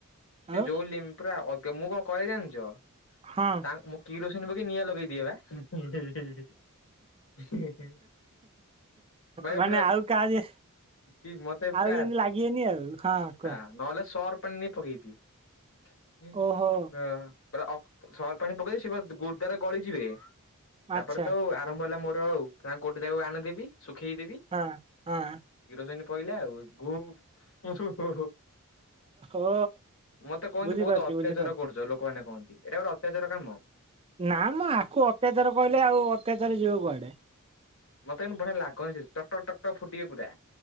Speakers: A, on the left; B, on the right.
A: ସେ
B: ଆଉ
A: ଯୋଉ ଲିମ୍ ପୁରା ଅଗେ ମୁଁ କଣ କରେ ଜାଣିଛ?
B: ହଁ।
A: ତା-ମୁଁ କିରୋସିନି ପକେଇ ନିଆଁ ଲଗେଇଦିଏ ବା। ହେଁ ହେଁ। ହେଁ ହେଁ ନାଇଁ
B: ମାନେ
A: ପୁରା
B: ଆଉ କାହା ଯେ
A: କି ମତେ
B: ଆଉ
A: ପୁରା
B: ଯେମିତି ଲାଗିବେନି ଆଉ ହଁ କୁହ
A: ନା ନହେଲେ ସର ଫ ନେଇ ପକେଇଦିଏ ନି ହିଁ।
B: ଓହୋ
A: ପୁରା ସର୍ଫ ପାଣି ପକେଇ ଦିଏ ସେ ଗୁ-ଗଳିଯିବେ
B: ଆଚ୍ଛା
A: ତାପରେ ତ ଆରମ୍ଭ ହେଲା ମୋ ହଉ ତାଙ୍କୁ ଗୋଟେ ଜାଗାକୁ ଆଣିଦେବି ଶୁଖେଇଦେବି
B: ହଁ ହଁ
A: କିରୋସିନି ପଇଲା ଆଉ <unintelligible>
B: ଓ
A: ମତେ କହନ୍ତି
B: ବୁଝିପାରୁଛି
A: ବହୁତ ଅତ୍ୟାଚାର
B: ବୁଝିପାରୁଛି
A: କରୁଛ ଲୋକମାନେ କହନ୍ତି। ଏଇଟା ଗୋଟେ ଅତ୍ୟାଚାର କାମ?
B: ନା ମ। ଆକୁ ଅତ୍ୟାଚାର କହିଲେ ଆଉ ଅତ୍ୟାଚାର ଯିବ କୁଆଡେ?
A: ମତେ କିନ୍ତୁ ବଢିଆ ଲାଗେ। ସେ ଟକ୍ ଟକ୍ ଟକ୍ ଟକ୍ ଫୁଟିଅ ପୁରା।